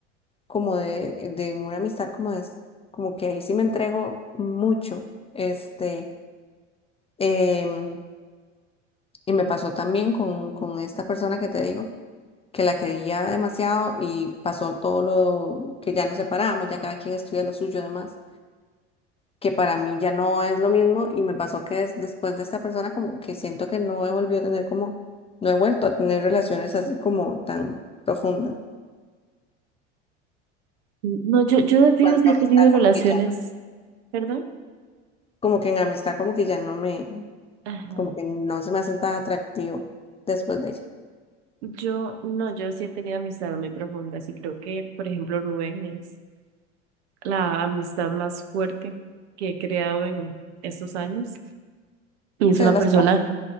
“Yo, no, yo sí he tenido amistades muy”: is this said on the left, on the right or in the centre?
Right